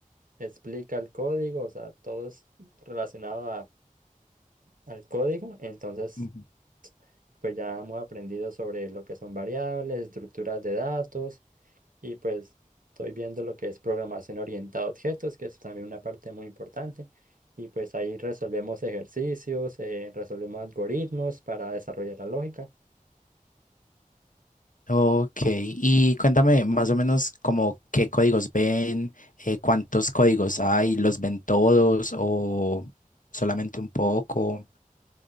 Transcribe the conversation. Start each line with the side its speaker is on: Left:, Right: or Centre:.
Right: explica el código, o sea, todo es relacionado a- al código, entonces
Left: Ujú.
Right: pues ya hemos aprendido sobre lo que son variables, estructuras de datos. y pues estoy viendo lo que es programación orientada a objetos, que es también una parte muy importante. Y pues ahí resolvemos ejercicios, eh, resolvemos algoritmos para desarrollar la lógica.
Left: ok. Y cuéntame más o menos como qué códigos ven, eh, cuántos códigos hay, los ven todos o solamente un poco.